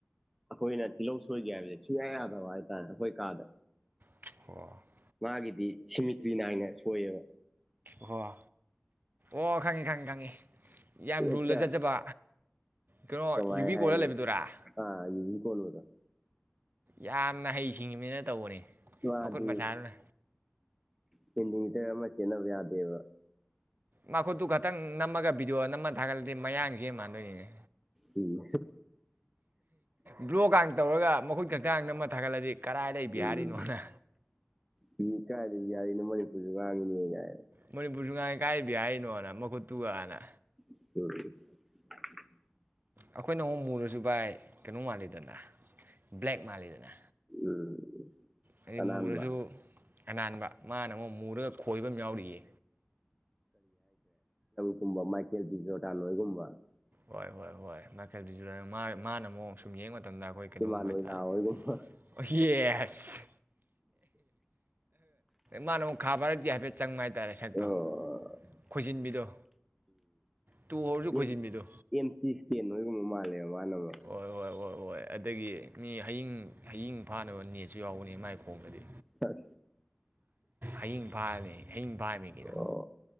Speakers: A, in the centre; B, on the right.
A: ꯑꯩꯈꯣꯏꯅ ꯇꯤꯜꯍꯧ ꯁꯣꯏꯒꯦ ꯍꯥꯏꯕꯁꯦ ꯁꯨꯡꯌꯥ ꯌꯥꯗꯕ ꯍꯥꯏꯇꯥꯔꯦ ꯑꯩꯈꯣꯏ ꯀꯥꯗ
B: <inaudible>
A: ꯃꯥꯒꯤꯗꯤ ꯁꯤꯃꯤꯇ꯭ꯔꯤ ꯅꯥꯏꯅ ꯁꯣꯏꯌꯦꯕ
B: ꯋꯥ ꯑꯣ ꯈꯪꯉꯤ ꯈꯪꯉꯤ ꯈꯪꯉꯤ ꯌꯥꯝ
A: ꯍꯦꯛꯇ
B: ꯔꯨꯜꯗ ꯆꯠꯆꯕ ꯀꯩꯅꯣ
A: ꯀꯃꯥꯏ
B: ꯌꯨꯕꯤ
A: ꯍꯥꯏꯌꯦ
B: ꯀꯣꯜꯂ ꯂꯩꯕꯗꯨꯔꯥ
A: <inaudible>
B: ꯌꯥꯝꯅ ꯍꯩꯁꯤꯡꯉꯤꯅꯤꯅ ꯇꯧꯕꯅꯤ
A: ꯋꯥꯗꯤ
B: ꯃꯈꯨꯠ ꯃꯁꯥꯗꯨꯅ
A: ꯁꯦꯟꯇꯤꯃꯤꯇꯔ ꯑꯃꯥ ꯅꯦ ꯆꯦ ꯅꯕ ꯌꯥꯗꯕ
B: ꯃꯈꯨꯠꯇꯨ ꯈꯛꯇꯪ ꯅꯝꯃꯒ ꯚꯤꯗꯤꯑꯣ ꯅꯝꯃ ꯊꯥꯒꯠꯂꯗꯤ ꯃꯌꯥꯡꯁꯤ ꯃꯥꯟꯗꯣꯏꯅꯤꯅꯦ
A: ꯎꯝ
B: ꯕ꯭ꯂꯣꯒ ꯇꯧꯔꯒ ꯃꯈꯣꯏ ꯈꯆꯥꯡ ꯅ ꯑꯃ ꯊꯥꯒꯠꯂꯗꯤ ꯀꯗꯥꯥꯏꯗꯩ ꯕꯤꯍꯔꯤꯅꯣꯅ
A: ꯎꯝ ꯃꯤ ꯀꯥꯏꯗꯒꯤ <inaudible>
B: ꯃꯅꯤꯄꯨꯔꯁꯨ ꯉꯥꯏ ꯀꯥꯏꯕꯤ ꯍꯥꯏꯔꯤꯅꯣꯅ ꯃꯈꯨꯠ ꯇꯨꯒꯅ
A: ꯎꯝ
B: ꯑꯩꯈꯣꯏꯅ ꯑꯃꯨꯛ ꯃꯨꯔꯁꯨ ꯚꯥꯏ ꯀꯩꯅꯣ ꯃꯥꯜꯂꯤꯗꯅ ꯕ꯭ꯂꯦꯛ ꯃꯥꯜꯂꯤꯗꯅ
A: ꯎꯝ
B: ꯍꯥꯏꯩ
A: ꯑꯅꯥꯟꯕ
B: ꯃꯨꯔꯁꯨ ꯑꯅꯥꯟꯕ ꯃꯥꯅ ꯑꯃꯨꯛ ꯃꯨꯔꯒ ꯈꯣꯏꯕ ꯑꯃ ꯌꯥꯎꯔꯤꯌꯦ
A: ꯒꯨꯝꯕ ꯃꯥꯏꯀꯦꯜ ꯕꯤꯖꯣꯗꯥ ꯅꯣꯏꯒꯨꯝꯕ
B: ꯍꯣꯏ ꯍꯣꯏ ꯍꯣꯏ ꯅꯠꯇꯔꯗꯤ ꯌꯨꯔꯥꯏ ꯃꯥꯅꯃꯨꯛ ꯁꯨꯝ ꯌꯦꯡꯕ ꯃꯇꯝ ꯃꯇꯝꯗ ꯑꯩꯈꯣꯏ ꯀꯩꯅꯣꯒꯨꯝꯕ
A: ꯏꯃꯥꯟ ꯍꯣꯏ
B: ꯍꯥꯏꯇꯥꯔꯦ
A: ꯂꯥ ꯍꯣꯏꯒꯨꯝꯕ
B: ꯑꯁꯤ ꯑꯁ ꯃꯥꯅ ꯑꯃꯨꯛ ꯈꯥꯕꯥꯔꯗꯤ ꯍꯥꯏꯐꯦꯠ ꯆꯪꯕ ꯍꯥꯏꯇꯥꯔꯦ ꯁꯛꯇꯣ
A: ꯑꯣ
B: ꯈꯣꯏꯖꯤꯟꯕꯤꯗꯣ ꯇꯨ ꯍꯧꯔꯁꯨ ꯈꯣꯏꯖꯤꯟꯕꯤꯗꯣ
A: ꯎꯝ ꯑꯦꯝ ꯁꯤ ꯀꯤꯟ ꯅꯣꯏꯒꯨꯝꯕ ꯃꯥꯂꯦꯕ ꯋꯥꯂꯕ
B: ꯍꯣꯏ ꯍꯣꯏ ꯍꯣꯏ ꯍꯣꯏ ꯑꯗꯒꯤ ꯃꯤ ꯍꯌꯤꯡ ꯍꯌꯤꯡ ꯐꯥꯅꯕ ꯅꯦꯠꯁꯨ ꯌꯥꯎꯒꯅꯤ ꯃꯥꯏꯈꯣꯡꯗꯗꯤ
A: ꯐꯔ
B: ꯍꯌꯤꯡ ꯄꯥꯔꯝꯃꯦ ꯍꯌꯤꯡ ꯄꯥꯔꯃꯤ ꯀꯩꯅꯣ
A: ꯑꯣ